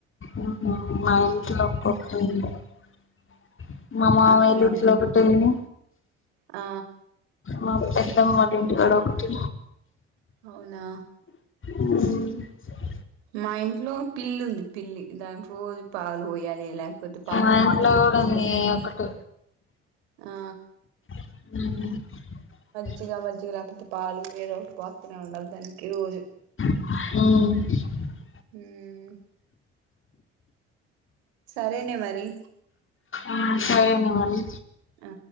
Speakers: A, on the left; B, on the right.
A: అవునా మా ఇంట్లో ఒక <inaudible> మా మామయ్య
B: అత్తనే
A: ఇంట్లో
B: వాడి
A: ఒకటుంది.
B: ఆ
A: మా పెద్దమ్మ వాళ్ళ ఇంటికాడ ఒకటి
B: అవునా
A: <inaudible>
B: మా ఇంట్లో పిల్లుంది పిల్లి దానికి రోజు పాలు పోయాలే కొద్ది పాల్
A: మా
B: లేకపోతే
A: ఇంట్లో
B: మజ్జిగా
A: కూడా ఉంది ఒకటి
B: ఆ
A: అ
B: మజ్జిగ మజ్జిగ లేకపోతే పాలు ఏదో ఒకటి పోస్తనే ఉండాలి దానికి రోజు
A: మ్
B: మ్ సరేనే మరి
A: ఆ సరేనే మరి
B: అ